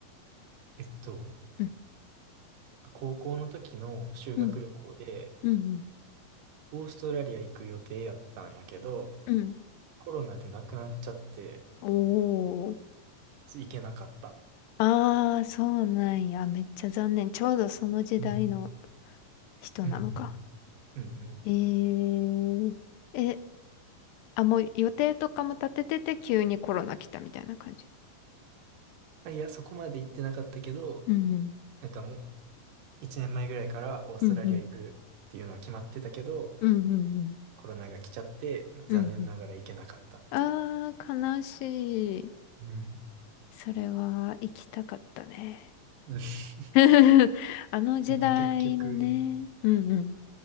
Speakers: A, on the right (about 75°); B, on the left (about 85°).
A: う。えっと、
B: うん。
A: 高校の時の修学旅行で、
B: うん、うん、
A: オーストラリア行く予定やったんやけど、
B: うん。うん
A: コロナで亡くなっちゃって、
B: おー。
A: 行けなかった。
B: ああ、そうなんや。めっちゃ残念。ちょうどその時代の
A: うん。
B: 人なのか。
A: うん。うんうん。うん
B: えー。え、あ、もう予定とかも立ててて急にコロナ来たみたいな感じ。
A: あいや、そこまで行ってなかったけど、
B: うん、
A: なんかもう、1年前ぐらいからオーストラリア行くっていうのは決まってたけど、
B: うん、うん、うん、うん、うん、うん、
A: コロナが来ちゃって、残念ながら行けなかったっていう。
B: うんうん。ああ、悲しい。
A: うん。
B: それは行きたかったね。
A: うん。<laughs>
B: <laughs> あの時代のね。
A: なんか結局、
B: うんうん。